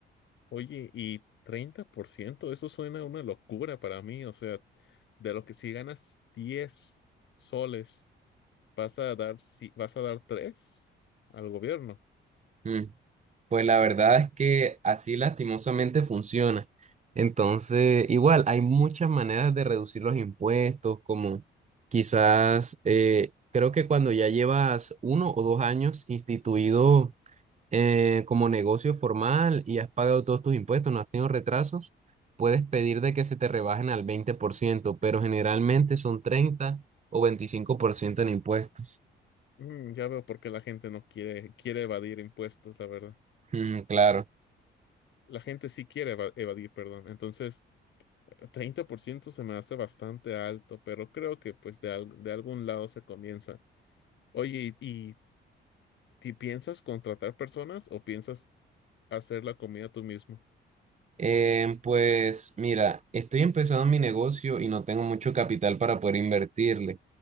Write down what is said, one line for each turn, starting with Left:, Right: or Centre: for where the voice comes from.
Left: Oye, y 30% eso suena una locura para mí. O sea, de lo que si ganas diez soles, vas a dar, si, vas a dar 3 al gobierno.
Right: Mm, Pues la verdad es que así lastimosamente funciona. Entonces, igual, hay muchas maneras de reducir los impuestos, como quizás, eh, creo que cuando ya llevas uno o dos años instituido eh, como negocio formal y has pagado todos tus impuestos, no has tenido retrasos, puedes pedir de que se te rebajen al veinte por ciento pero generalmente son treinta o veinticinco por ciento en impuestos.
Left: Mm, ya veo por qué la gente no quiere, quiere evadir impuestos, la verdad.
Right: Mm, claro.
Left: La gente sí quiere eva- evadir, perdón. Entonces, 30% se me hace bastante alto, pero creo que pues de, al- de algún lado se comienza. Oye, ¿y, y ti piensas contratar personas o piensas hacer la comida tú mismo?
Right: Eh, pues mira, estoy empezando mi negocio y no tengo mucho capital para poder invertirle.